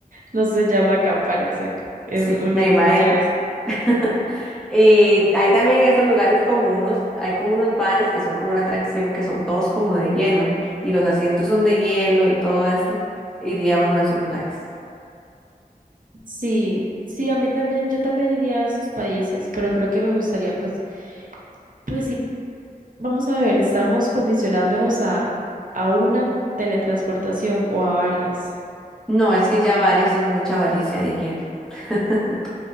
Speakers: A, on the right; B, in the centre.
A: no se llama acampar, exacto. Es
B: Sí,
A: un un
B: me
A: iglú
B: imagino.
A: ya es.
B: <laughs> Y hay también en estos lugares como unos, hay como unos bares que son como una atracción, que son todos como de hielo, y los asientos son de hielo y todo esto. Iría a uno de esos lugares.
A: Sí, sí, a mí también, yo también iría a esos países, pero creo que me gustaría, pues, pues sí Vamos a ver, estamos condicionándonos a, a una teletransportación o a varias.
B: No, es que ya varias es mucha avaricia, diría yo. <laughs>